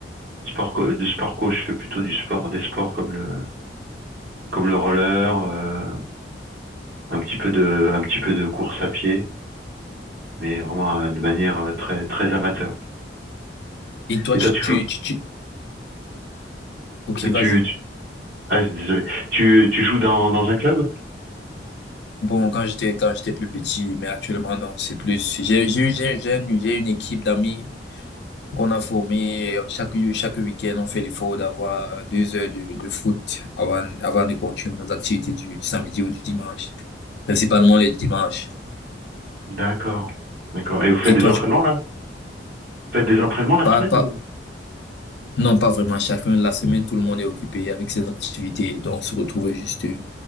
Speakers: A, on the right; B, on the left.
A: sport co- de sport co. Je fais plutôt du sport des sports comme le comme le roller, euh, un petit peu de un petit peu de course à pied, mais vraiment euh, de manière euh, très très amateur.
B: Et toi,
A: Et
B: tu,
A: toi, tu
B: tu,
A: joues
B: tu, tu... Ok,
A: tu tu
B: vas-y.
A: Ah, désolé. Tu, tu joues dans, dans un club?
B: Bon, quand j'étais, quand j'étais plus petit, mais actuellement, non, c'est plus, j'ai, j'ai, eu- j'ai, j'ai une j'ai une équipe d'amis qu'on a formée. Chaque, chaque week-end, on fait l'effort d'avoir deux heures de, de foot avant, avant de continuer nos activités du samedi ou du dimanche. Principalement les dimanches.
A: D'accord. D'accord. Et vous faites
B: Et
A: des
B: toi,
A: entraînements
B: tu,
A: là? Faites des entraînements la
B: Pas,
A: semaine
B: pas,
A: ou?
B: non, pas vraiment. Chacun, la semaine, tout le monde est occupé avec ses activités. Donc, on se retrouve juste. euh,